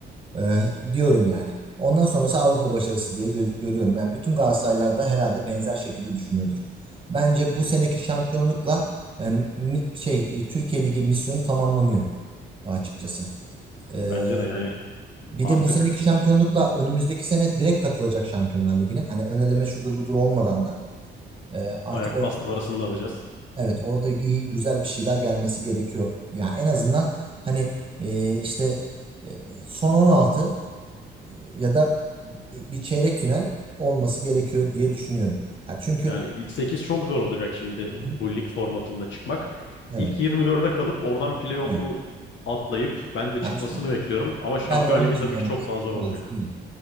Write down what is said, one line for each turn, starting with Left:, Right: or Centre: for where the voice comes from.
Right: Ee, diyorum yani. Ondan sonrası Avrupa başarısı diye gö- görüyorum. Yani bütün Galatasaraylılar da herhalde benzer şekilde düşünüyordur. Bence bu
Left: Hı
Right: seneki
Left: hı.
Right: şampiyonlukla e, mi- şey e, Türkiye Ligi misyonu tamamlanıyor açıkçası. Ee,
Left: Bence de yani
Right: bir
Left: artık
Right: de bu seneki şampiyonlukla önümüzdeki sene direkt katılacak Şampiyonlar Ligi'ne. Hani öneleme şudur budur olmadan da e, artık
Left: ayak
Right: orada
Left: bastı parasını da alacağız.
Right: evet orada iyi güzel bir şeyler gelmesi gerekiyor. Yani en azından hani e, işte e, son 16 ya da bir çeyrek final olması gerekiyor diye düşünüyorum. Ya çünkü
Left: Yani ilk sekiz çok zor olacak şimdi
Right: Hı hı.
Left: bu lig formatında çıkmak.
Right: evet.
Left: İlk 24'e kalıp oradan playoff'u
Right: Aynen.
Left: atlayıp ben de
Right: Ya
Left: çıkmasını
Right: işte
Left: bekliyorum. Ama Şampiyon
Right: ben de onun
Left: Ligi
Right: için
Left: tabii
Right: yani
Left: ki çok
Right: bir
Left: daha zor
Right: 16
Left: olacak.
Right: diyorum.